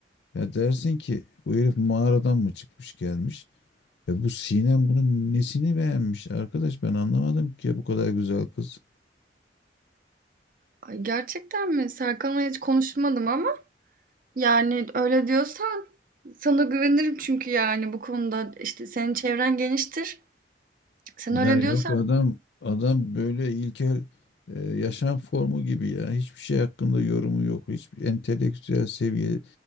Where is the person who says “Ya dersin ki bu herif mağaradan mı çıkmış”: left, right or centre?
Left